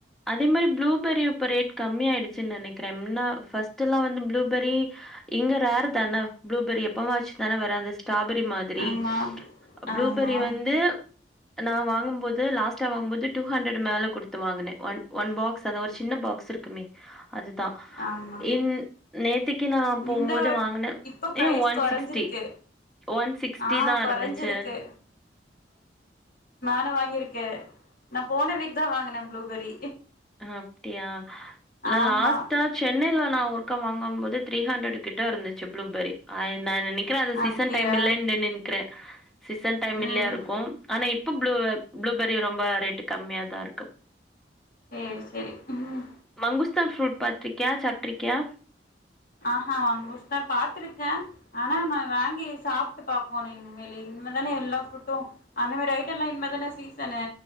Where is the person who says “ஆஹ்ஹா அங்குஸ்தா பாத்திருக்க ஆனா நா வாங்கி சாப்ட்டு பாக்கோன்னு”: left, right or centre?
Left